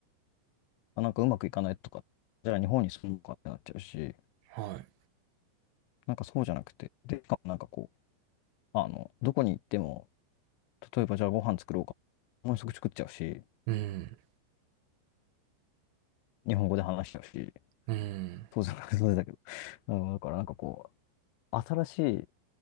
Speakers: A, on the left; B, on the right.
A: あなんかうまくいかないとか、じゃあ日本に住むかってなっちゃうし、
B: はい。
A: なんかそうじゃなくて、で、しかもなんかこう、あの、どこに行っても、例えばじゃあご飯作ろうか、もうすぐ作っちゃうし、
B: うん。
A: 日本語で話してほしい。
B: うん。
A: 当然、<laughs> 当然だけど。うんだからなんかこう、新しい